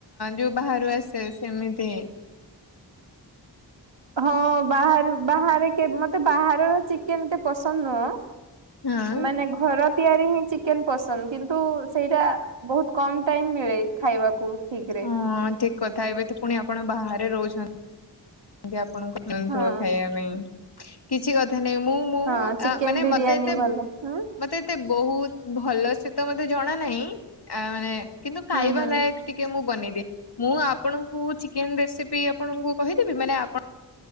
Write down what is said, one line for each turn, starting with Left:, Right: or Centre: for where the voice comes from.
Left: ଯୋଉ ବାହାରୁ ଆସେ ସେମିତି
Right: ହଁ ବାହ ବାହାରେ ମତେ ବାହାରର ଚିକେନ ଏତେ ପସନ୍ଦ ନୁହଁ।
Left: ହଁ
Right: ମାନେ ଘର ତିଆରି ହିଁ ଚିକେନ ପସନ୍ଦ କିନ୍ତୁ ସେଇଟା ବହୁତ କମ ଟାଇମ ମିଳେ ଖାଇବାକୁ। ଠିକ ରେ।
Left: ହଁ ଠିକ କଥା ଏବେ ତ ପୁଣି ଆପଣ ବାହାରେ ରହୁ ଆପଣଙ୍କଥିବ
Right: ହଁ
Left: ଖାଇବା ପାଇଁ କିଛି କଥା ନେ ମୁଁ ମୁଁ
Right: ହଁ ଚିକେନ
Left: ଆ ମାନେ
Right: ବିରିୟାନୀ
Left: ମତେ ଏତେ
Right: ଭଲ ହୁଁ
Left: ମତେ ଏତେ ବହୁତ ଭଲ ସେ ତ ମତେ ଜଣା ନାହିଁ ଆ ମାନେ କିନ୍ତୁ ଖାଇବା
Right: ହୁଁ ହୁଁ।
Left: ଲାୟକ ଟିକେ ମୁଁ ବନେଇ ମୁଁ ଆପଣଙ୍କୁ ଚିକେନ ରେସିପି ଆପଣଙ୍କୁ କହିଦେବି ମାନେ ଆପଣ